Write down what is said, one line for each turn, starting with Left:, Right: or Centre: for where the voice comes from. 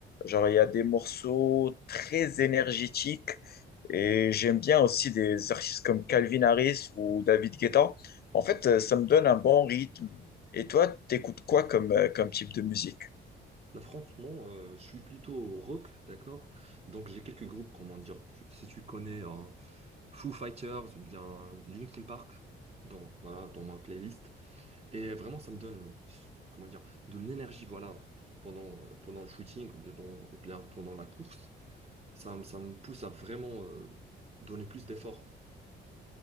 Left: Genre, il y a des morceaux très énergétiques et j'aime bien aussi des artistes comme Calvin Harris ou David Guetta. En fait, euh, ça me donne un bon rythme. Et toi, t'écoutes quoi comme, euh, comme type de musique?
Right: Là, franchement, euh, je suis plutôt rock, d'accord? Donc, j'ai quelques groupes, comment dire, tu- si tu connais hein, Foo Fighters ou bien Linkin Park, dans, voilà, dans ma playlist. Et vraiment, ça me donne, comment dire, de l'énergie, voilà, pendant, euh, pendant le shooting ou bien, dans- ou bien pendant la course. Ça, me- ça me pousse à vraiment euh, donner plus d'efforts.